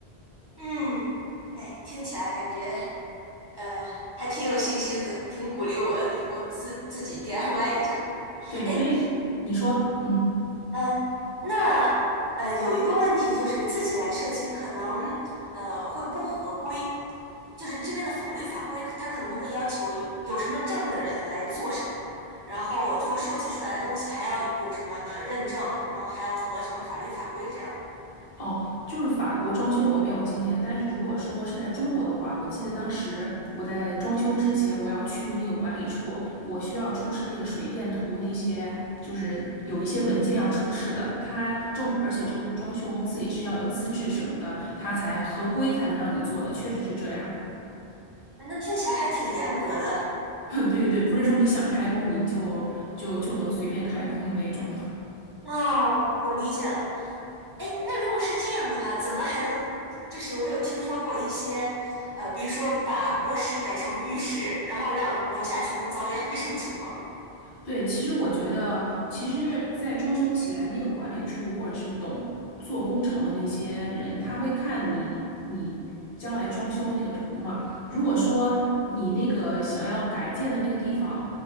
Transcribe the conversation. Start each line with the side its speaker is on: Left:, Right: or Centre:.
Right: 嗯，哎，听起来感觉。呃，还挺有信心的，挺鼓励我以后自自己 DIY 一下。
Left: 对，
Right: 哎，
Left: 所以你说，嗯。
Right: 呃，那呃有一个问题就是自己来设计可能呃会不合规，就是这边的法律法规它可能会要求有什么证的人来做什么，然后最后设计出来的东西还要有什么认证，然后还要合什么法律法规这样，
Left: 哦，就是法国装修我没有经验，但是如果说是在中国的话，我记得当时我在装修之前，我要去那个管理处，我需要出示那个水电图，那些就是有一些文件要出示的。它正，而且这个装修公司也是要有资质什么的，它才合规才能让你做的，确实是这样。
Right: 哎那听起来还挺严格的。
Left: <laughs> 对对对，不是说你想开工你就就就能随便开工的那种。
Right: 哦，我理解了。哎，那如果是这样的话，怎么还能？就是我有听说过一些，呃，比如说把卧室改成浴室，然后让楼下全都遭殃 <laughs> 这种情况。
Left: 对，其实我觉得，其实，在装修前，那个管理处或者是懂做工程的那些人，他会看你你将来装修的那个图嘛。如果说你那个想要改建的那个地方，